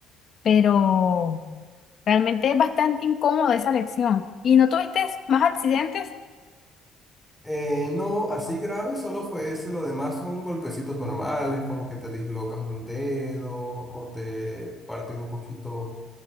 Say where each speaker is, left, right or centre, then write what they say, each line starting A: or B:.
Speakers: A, on the left; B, in the centre.
A: pero... Realmente es bastante incómoda esa lección. ¿Y no tuviste más accidentes?
B: Eh, no, así grave solo fue ese, lo demás son golpecitos normales, como que te dislocas un dedo o te partes un poquito